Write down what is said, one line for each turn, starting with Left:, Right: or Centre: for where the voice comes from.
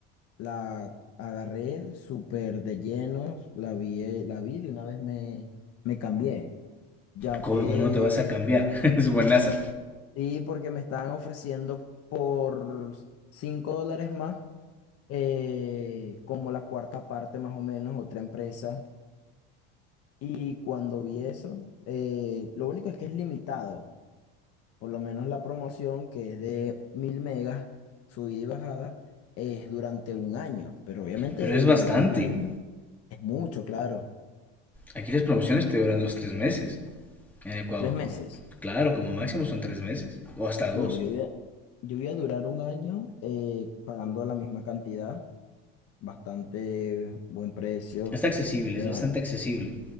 Left: la agarré súper de lleno, la vi, eh, la vi de una vez me, me cambié, ya
Centre: ¿Cómo,
Left: que,
Centre: cómo no te vas a cambiar? <laughs> Es buenaza,
Left: sí, porque me estaban ofreciendo por 5 dólares más eh, como la cuarta parte más o menos, otra empresa. Y cuando vi eso, eh, lo único es que es limitado, por lo menos la promoción que es de mil megas, subida y bajada, es durante un año, pero obviamente
Centre: pero
Left: durante
Centre: es bastante.
Left: un año es mucho, claro.
Centre: Aquí las promociones te duran dos, tres meses. En Ecuador.
Left: Tres meses.
Centre: Claro, como máximo son tres meses. O hasta dos.
Left: No, yo iba, yo voy a durar un año eh, pagando la misma cantidad, bastante buen precio.
Centre: Está accesible,
Left: Me
Centre: es bastante
Left: dan,
Centre: accesible.